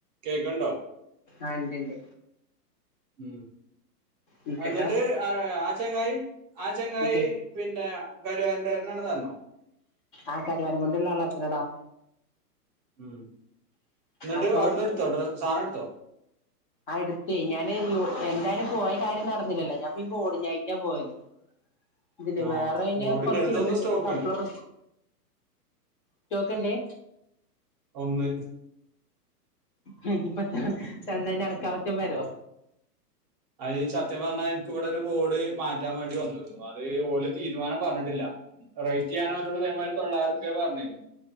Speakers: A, on the right (about 25°); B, on the left (about 35°).
A: കേക്ണ്ടാ
B: ആ ണ്ട് ണ്ട്
A: ഉ
B: നിക്ക്ട്ടോ
A: എന്നിട്ട് ആ ആ ചെങ്ങായി ആ ചങ്ങായി
B: നിക്ക്
A: പിന്നെ കരുവാരകുണ്ടേരന് ണെന്ന് പറഞ്ഞോ
B: ആ കരുവാരകുണ്ടുള്ള ആളാത്രേടാ
A: ഉം എന്നിട്ട്
B: അപ്പൊ
A: അവിടുന്ന് എടുത്തോ സാധനം എടുത്തോ
B: ആ എടുത്തേ ഞാന് യു എന്തായാലും പോയ കാര്യം നടന്നില്ലല്ലോ ഞാൻപ്പ ഇ ബോർഡ്ഞ്ഞായിട്ടാ പോയത് ഇതിന്ന്
A: ആ
B: വേറെ കഴിഞ്ഞ
A: ബോർഡിന്റെ
B: കൊറച്ച്
A: അടുത്ത്
B: ഇലക്ട്രിക്
A: ഒന്ന് സ്റ്റോക്ക്
B: കപ്പ്ളർ
A: ഉണ്ട്
B: സ്റ്റോക്ണ്ട്‌
A: ഒന്ന്
B: അയിന്ന്നപ്പത്താ ചെന്ന നടകാവ്റ്റം വരോ
A: അഈ സത്യം പറഞ്ഞാൽ എനിക്ക് ഇവിടെ ഒരു ബോർഡ് മാറ്റാൻ വേണ്ടി വന്നത് അത് ഓല് തീരുമാനം പറഞ്ഞിട്ടില്ല റൈറ്റ് ഞാനോലോട് ഇതേമാതിരി തൊള്ളായിരം റുപ്യ പറഞ്